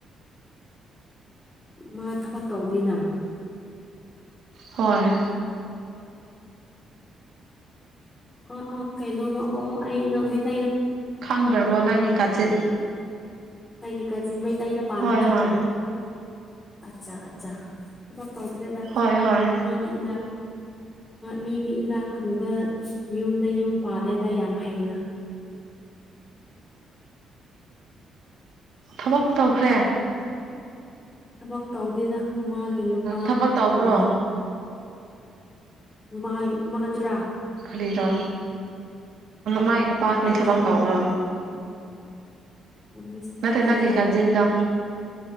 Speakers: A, on the left; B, on the right.
A: ꯃꯥ ꯊꯕꯛ ꯇꯧꯗꯦꯅ
B: ꯍꯣꯏ
A: ꯑ ꯑ ꯀꯩꯅꯩꯅꯣꯃ ꯑꯣ ꯑꯩ ꯅ ꯃ ꯀ
B: ꯈꯪꯗ꯭ꯔꯕꯣ ꯅꯪꯒꯤ ꯀꯥꯖꯤꯟ
A: ꯑꯩꯒꯤ ꯀꯥꯖꯤꯟ ꯃꯩꯇꯩꯗ ꯄꯥꯟꯕꯗꯨꯔꯣ
B: ꯍꯣꯏ ꯍꯣꯏ
A: ꯑꯠꯆꯥ ꯑꯠ ꯊ ꯇꯧꯗ꯭ꯔꯦꯗ
B: ꯍꯣꯏ ꯍꯣꯏ
A: ꯃꯤꯗꯤ ꯏꯅꯥꯛ ꯃꯤꯗꯤ ꯏꯅꯥ ꯈꯨꯟꯕ ꯌꯨꯝꯗ ꯌꯨꯝ ꯄꯥꯜꯂꯦꯗ ꯌꯥꯝ ꯍꯩꯅ
B: ꯊꯕꯛ ꯇꯧꯈ꯭ꯔꯦ
A: ꯊꯕꯛ ꯇꯧꯗꯦꯗ ꯃꯥꯒꯤ ꯅꯨꯄꯥ
B: ꯊꯕꯛ ꯇꯧꯕ꯭ꯔꯣ
A: ꯑ ꯃꯥꯒꯤ ꯃꯥꯗꯨꯔꯥ
B: ꯀꯔꯤꯔꯣ ꯃꯥꯒꯤ ꯅꯨꯄꯥ ꯀꯔꯤ
A: ꯑꯩꯒꯤ
B: ꯊꯕꯛ ꯇꯧꯔꯣ
A: ꯄꯨꯂꯤꯁꯅꯤ
B: ꯃ
A: ꯍꯥꯏꯌꯦ
B: ꯅꯪ ꯂꯤ ꯀꯥꯖꯟꯗꯣ